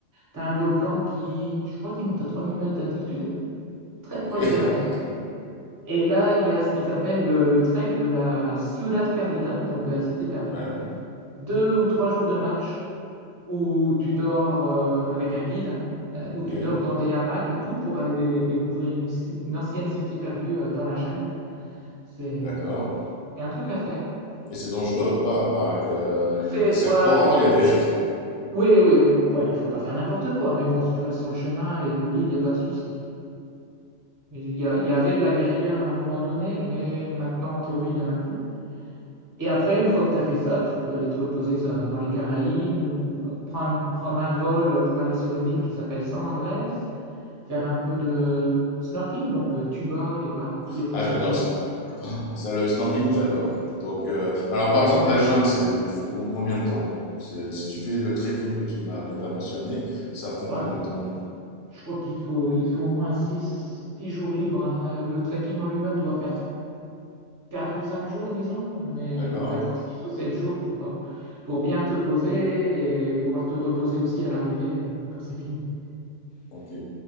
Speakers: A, on the right; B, on the left.
A: T'as un volcan qui, je crois qu'il monte à 3000 mètres d'altitude, très
B: Ok.
A: proche
B: <laughs>
A: de la mer. Et là, il y a ce qu'ils appellent le, le trek de la Ciudad Perdida, donc de la cité perdue.
B: Ouais.
A: Deux ou trois jours de marche où tu dors euh, avec un guide, hein, euh, où
B: Ok,
A: tu dors dans des hamacs et tout pour aller dé- découvrir une, ci- une ancienne cité perdue euh, dans la jungle. C'est
B: d'accord.
A: c'est un truc à faire.
B: Et c'est dangereux ou pas? Enfin, avec, euh, il
A: C'est,
B: y a des serpents,
A: ouais, il-
B: il y a des...
A: il- oui, oui, ouais, faut pas faire n'importe quoi, mais bon, si tu restes sur le chemin et que le guide, il n'y a pas de souci. Il y a- il y avait de la guérilla à un moment donné, mais maintenant, en théorie, il n'y en a plus. Et après, une fois que tu as fait ça, tu peux aller te reposer ça, dans les Caraïbes ou prendre, prendre un vol pour aller sur une île qui s'appelle San Andrés, faire un peu de snorkeling, donc euh, tuba et voir
B: <laughs>
A: tous les poissons
B: Ah, j'adore
A: exotiques.
B: ça. Ça, le snorkeling, j'adore. Donc, euh, bah alors, par exemple, la jungle, c'est, il faut com- combien de temps? C'est- Si tu fais le trekking que tu m'as, que t'as mentionné, ça prend
A: Ouais,
B: combien de temps?
A: je crois qu'il te faut, il te faut au moins six, six jours libres. hein. Le trekking en lui-même doit faire quatre ou cinq jours, disons, mais
B: D'accord?
A: il prévoit six ou sept jours pour, euh, pour bien te poser et pouvoir te reposer aussi à l'arrivée euh, quand c'est fini.
B: Ok.